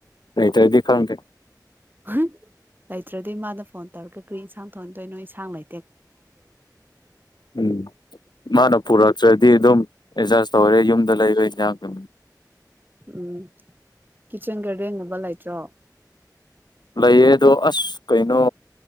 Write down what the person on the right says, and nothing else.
<unintelligible> ꯂꯩꯇ꯭ꯔꯗꯤ ꯏꯃꯥꯗ ꯐꯣꯟ ꯇꯧꯔꯒ ꯀ꯭ꯔꯤ ꯏꯟꯁꯥꯡ ꯊꯣꯟꯗꯣꯏꯅꯣ ꯏꯟꯁꯥꯡ ꯂꯩ
ꯎꯝ ꯀꯤꯠꯆꯟ ꯒꯥꯔꯗꯦꯟ ꯒꯨꯝꯕ ꯂꯩꯇ꯭ꯔꯣ